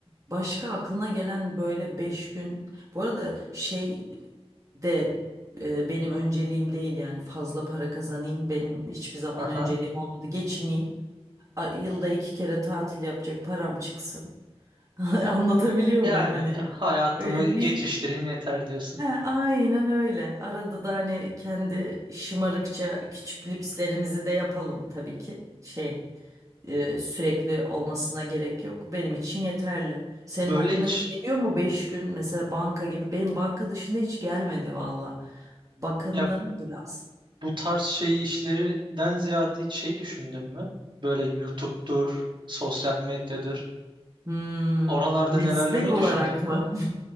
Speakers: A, on the right; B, on the right.
A: başka aklına gelen böyle 5 gün. Bu arada şey de e, benim önceliğim değil yani fazla para kazanayım. Benim hiçbir zaman
B: Aha.
A: önceliğim olmadı. Geçineyim. A- Yılda iki kere tatil yapacak param çıksın. <laughs> Anlatabiliyor
B: Yani
A: muyum hani?
B: hayatımı
A: Öyle
B: geçiştireyim
A: büyük.
B: yeter diyorsun.
A: He, aynen öyle. Arada da hani kendi şımarıkça küçük lükslerimizi de yapalım tabii ki. Şey e, sürekli olmasına gerek yok. Benim için yeterli. Senin
B: Böyle
A: aklına
B: hiç
A: hiç geliyor mu 5 gün mesela banka gibi? Benim banka dışında hiç gelmedi valla. Bakındım
B: ya
A: biraz.
B: Bu tarz şey işlerinden ziyade hiç şey düşündün mü? Böyle YouTube'dur, sosyal medyadır.
A: Hmm,
B: Oralarda
A: meslek
B: nelerlemeyi
A: olarak
B: düşündün mü?
A: mı?